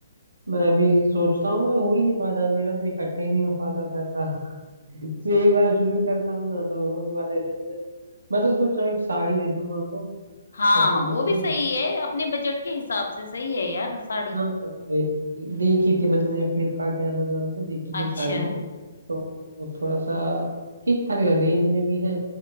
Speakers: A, on the right (about 70°); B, on the left (about 65°).
A: मैं भी सोचता हूँ मैं हो ही नहीं पाता मेरा तो इकट्ठे ही नहीं हो पाता पैसा <laughs> तो एक बार शुरू करता हूँ ना तो हो नहीं पाता जैसे जैसे मैं तो सोच रहा हूँ एक साड़ी दे दूँ माँ को
B: हाँ
A: ऐसे गिफ्ट
B: वो भी सही
A: में
B: है अपने बजट के हिसाब से सही है यार साड़ी
A: हाँ हाँ, वे- देखी थी मैंने फ्लिपकार्ट या अमेजोन पे देखी थी
B: अच्छा
A: साड़ियाँ तो वो थोड़ा सा ठीक ठाक लग रेंज में भी है